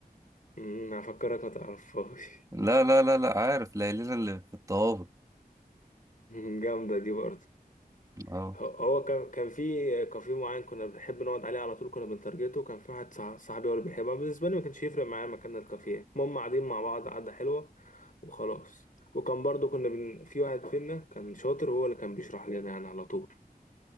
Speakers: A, on the left; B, on the right.
A: أمم، هفكرك ما تعرفهاش
B: لا لا لا لا عارف ليالينا اللي في الطوابق
A: <laughs> جامدة دي برضه
B: اه
A: هو هو كان كان في كافيه معين كنا بنحب نقعد عليه على طول كنا بنترجته كان في واحد صح- صاحبي هو اللي بيحبها بالنسبة لي ما كانش يفرق معايا مكان الكافيه المهم قاعدين مع بعض قعدة حلوة وخلاص وكان برضه كنا بن... في واحد فينا كان شاطر هو اللي كان بيشرح لنا يعني على طول